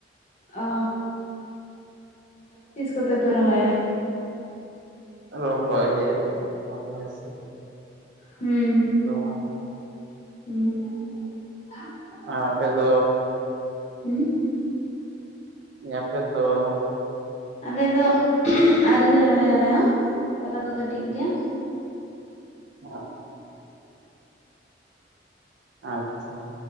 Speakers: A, on the left (about 40°); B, on the right (about 80°).
A: ᱚ ᱛᱤᱥ ᱠᱚᱛᱮ ᱯᱮ ᱨᱚᱦᱚᱭᱟ
B: ᱨᱚᱦᱚᱭ ᱦᱩᱭᱩᱜᱼᱟ ᱟᱫᱚ ᱦᱮᱸᱥᱮ᱾
A: ᱦᱩᱸ
B: <unintelligible>
A: ᱦᱩᱸ <unintelligible>
B: ᱟ ᱟᱯᱮ ᱫᱚ
A: ᱩ
B: <unintelligible> ᱛᱚ
A: ᱟᱞᱮ ᱫᱚ ᱟᱹᱣᱨᱤ ᱞᱮ ᱨᱚᱦᱚᱭᱟ ᱟᱞᱮ ᱦᱚᱸ ᱛᱚᱞᱟ ᱠᱚ ᱠᱟᱹᱴᱤᱡ ᱜᱮᱭᱟ᱾
B: <inaudible> ᱟᱪᱪᱷᱟ